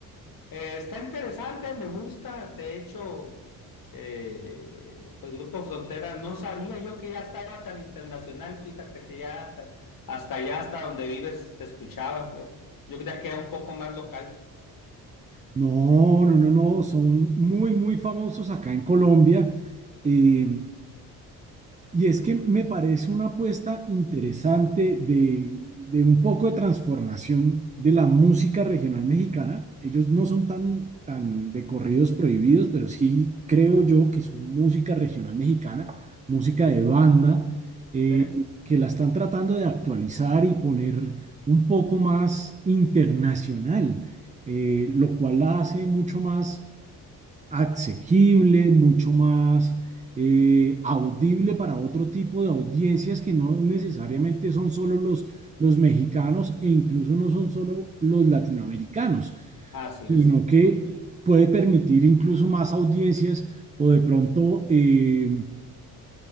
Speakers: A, on the left; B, on the right.
A: Eh, está interesante, me gusta. De hecho, eh, pues Grupo Frontera, no sabía yo que ya estaba tan internacional. Fíjate que ya hasta, hasta allá, hasta donde vives, te escuchaba. fue- Yo creía que era un poco más local.
B: No, no, no, no, son muy, muy famosos acá en Colombia. Eh, Y es que me parece una apuesta interesante de, de un poco de transformación de la música regional mexicana. Ellos no son tan, tan de corridos prohibidos, pero sí creo yo que son música regional mexicana, música de banda, eh,
A: ¿sí?
B: que la están tratando de actualizar y poner un poco más internacional, eh, lo cual la hace mucho más asequible, mucho más eh, audible para otro tipo de audiencias que no necesariamente son solo los, los mexicanos e incluso no son solo los latinoamericanos,
A: Así
B: sino
A: es.
B: que puede permitir incluso más audiencias o de pronto eh,